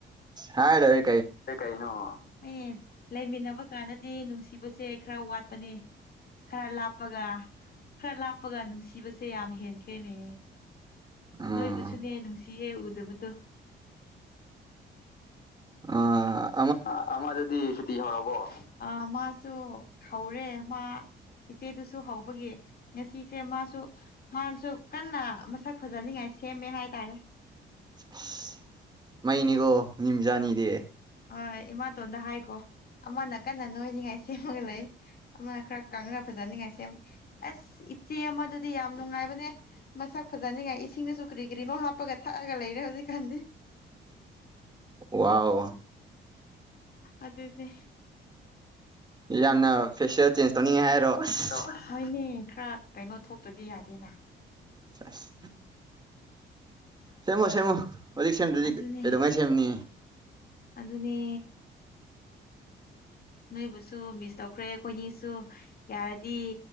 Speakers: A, on the right (about 20°); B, on the left (about 50°).
A: ꯍꯥꯏꯔꯣꯏ
B: ꯑꯦ ꯀꯩꯅꯣ ꯑꯩ ꯂꯩꯃꯤꯟꯅꯕ ꯀꯥꯟꯗꯗꯤ ꯅꯨꯡꯁꯤꯕꯁꯦ ꯈꯔ ꯋꯥꯠꯄꯅꯦ ꯈꯔ ꯂꯥꯞꯄꯒ ꯈꯔ ꯂꯥꯞꯄꯒ ꯅꯨꯡꯁꯤꯕꯁꯦ ꯌꯥꯝ ꯍꯦꯟꯈ꯭ꯔꯦꯅꯦ
A: ꯎꯝ
B: ꯅꯣꯏꯕꯨꯁꯨꯅꯦ ꯅꯨꯡꯁꯤꯌꯦ ꯎꯗꯕꯗꯣ
A: ꯑꯥ
B: ꯑꯥ ꯑꯃꯗꯨꯗꯤ ꯁꯨꯇꯤ ꯍꯧꯔꯕꯣ ꯑ ꯃꯥꯁꯨ ꯍꯧꯔꯦ ꯃꯥ ꯏꯆꯦꯗꯨꯁꯨ ꯍꯧꯕꯒꯤ ꯉꯁꯤꯁꯦ ꯃꯥꯁꯨ ꯃꯥꯁꯨ ꯀꯟꯅ ꯃꯁꯛ ꯐꯖꯅꯤꯡꯉꯥꯏ ꯁꯦꯝꯃꯦ ꯍꯥꯏꯇꯥꯔꯦ
A: ꯑꯁ ꯃꯩꯅꯤꯀꯣ ꯃꯤ ꯃꯆꯥ ꯑꯅꯤꯗꯤ
B: ꯍꯣꯏ ꯏꯃꯥꯇꯣꯟꯗ ꯍꯥꯏꯈꯣ ꯑꯃꯅ ꯀꯟꯅ ꯅꯣꯏꯅꯤꯉꯥꯏ ꯁꯦꯝꯃꯒ ꯂꯩ ꯑꯃꯅ ꯈꯔ ꯀꯪꯉꯒ ꯐꯖꯅꯤꯡꯉꯥꯏ ꯁꯦꯝ ꯑꯁ ꯏꯆꯦ ꯑꯃ ꯑꯗꯨꯗꯤ ꯌꯥꯝ ꯅꯨꯡꯉꯥꯏꯕꯅꯦ ꯃꯁꯛ ꯐꯖꯅꯤꯡꯉꯥꯏ ꯏꯁꯤꯡꯗꯁꯨ ꯀ꯭ꯔꯤ ꯀ꯭ꯔꯤꯅꯣ ꯍꯥꯞꯄꯒ ꯊꯛꯑꯒ ꯂꯩꯔꯦ ꯍꯧꯖꯤꯛꯀꯥꯟꯗꯤ
A: ꯋꯥꯎ
B: ꯑꯗꯨꯅꯦ
A: ꯌꯥꯝꯅ ꯐꯦꯁꯤꯑꯦꯜ ꯆꯦꯟꯖ ꯇꯧꯅꯤꯡꯉꯦ ꯍꯥꯏꯔꯣ ꯑꯁ
B: ꯇꯣ ꯍꯣꯏꯅꯦ ꯈꯔ ꯀꯩꯅꯣ ꯊꯣꯛꯇ꯭ꯔꯗꯤ ꯌꯥꯗ꯭ꯔꯦꯅꯥ
A: ꯁꯦꯁ ꯁꯦꯝꯃꯣ ꯁꯦꯝꯃꯣ ꯍꯧꯖꯤꯛ ꯁꯦꯝꯗ꯭ꯔꯗꯤ
B: ꯑꯗꯨꯅꯦ
A: ꯀꯩꯗꯧꯉꯥꯏ ꯁꯦꯝꯅꯤ
B: ꯑꯗꯨꯅꯦ ꯅꯣꯏꯕꯨꯁꯨ ꯃꯤꯁ ꯇꯧꯈ꯭ꯔꯦ ꯑꯩꯈꯣꯏꯅꯤꯁꯨ ꯌꯥꯔꯗꯤ